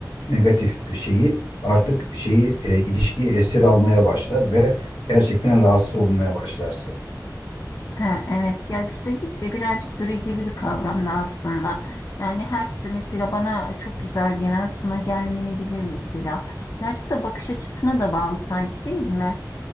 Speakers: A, on the left; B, on the left.
A: negatif şeyi artık şeyi e, ilişkiyi esir almaya başlar ve gerçekten rahatsız olmaya başlarsın.
B: Ha, evet ya güzellik de birazcık göreceli bir kavram da aslında. Yani herkese mesela bana çok güzel gelen sana gelmeyebilir mesela. Birazcık da bakış açısına da bağlı sanki değil mi?